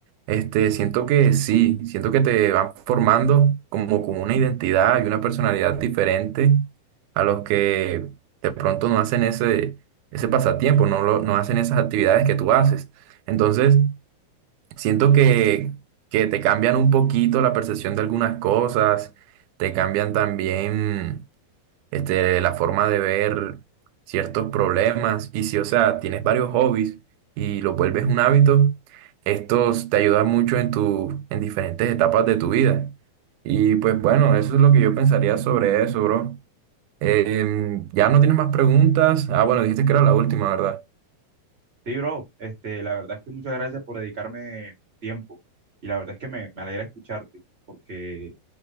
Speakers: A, on the right; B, on the right.
A: este, siento que sí, siento que te van formando como, como una identidad y una personalidad diferente a los que de pronto no hacen ese, ese pasatiempo, no, lo, no hacen esas actividades que tú haces. Entonces, Siento que, que te cambian un poquito la percepción de algunas cosas, te cambian también este, la forma de ver ciertos problemas. Y si, o sea, tienes varios hobbies y lo vuelves un hábito, estos te ayudan mucho en tu, en diferentes etapas de tu vida. Y pues bueno, eso es lo que yo pensaría sobre eso, bro. Em, ya no tienes más preguntas. Ah, bueno, dijiste que era la última, ¿verdad?
B: Sí, bro, este, la verdad es que muchas gracias por dedicarme tu tiempo y la verdad es que me, me alegra escucharte porque